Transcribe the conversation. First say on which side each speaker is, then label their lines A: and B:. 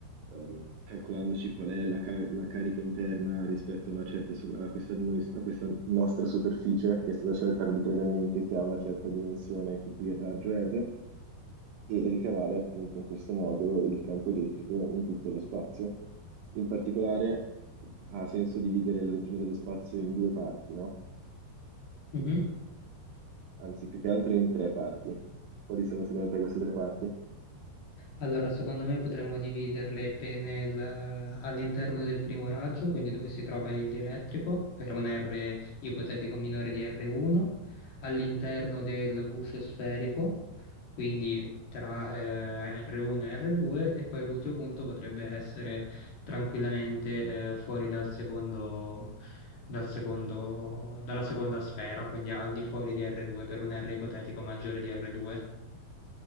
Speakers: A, on the right; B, on the left.
A: ehm, calcolandoci qual è la, ca- la carica interna rispetto a, una certa su- a questa, noi- a questa nostra superficie che è stata scelta arbitrariamente, che ha una certa dimensione, che qui è il raggio R, e ricavare appunto in questo modo il campo elettrico in tutto lo spazio. In particolare ha senso dividere la regione dello spazio in due parti, no?
B: Mhm.
A: Anzi, più che altro in tre parti. Quali sono secondo te queste tre parti?
B: Allora, secondo me potremmo dividerle pe- nel- all'interno del primo raggio, quindi dove si trova il dielettrico, per un R ipotetico minore di R1, all'interno del guscio sferico, quindi tra eh, R1 e R2, e poi l'ultimo punto potrebbe essere tranquillamente eh, fuori dal secondo, dal secondo- dalla seconda sfera, quindi al di fuori di R2, per un R ipotetico maggiore di R2.